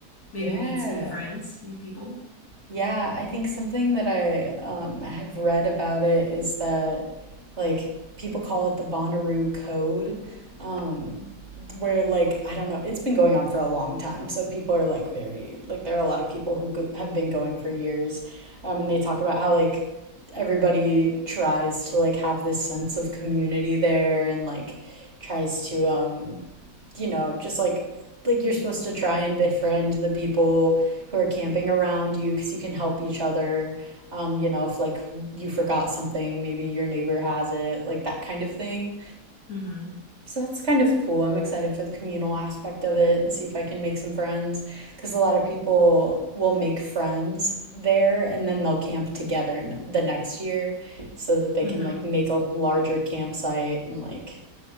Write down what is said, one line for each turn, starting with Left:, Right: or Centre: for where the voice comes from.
Left: maybe
Right: yeah
Left: meet some new friends, new people.
Right: Yeah, I think something that I um, have read about it is that, like, people call it the Bonnaroo Code, um, where, like, I don't know, it's been going on for a long time. So people are, like, very, like, there are a lot of people who go- have been going for years. Um, and they talk about how, like, everybody tries to, like, have this sense of community there and, like, tries to, um, you know, just like like you're supposed to try and befriend the people who are camping around you because you can help each other. Um, you know, if like you forgot something, maybe your neighbor has it, like that kind of thing.
Left: hmm
Right: So that's kind of cool. I'm excited for the communal aspect of it and see if I can make some friends because a lot of people will make friends there and then they'll camp together the next year so that they
Left: hmm
Right: can like make a larger campsite and like,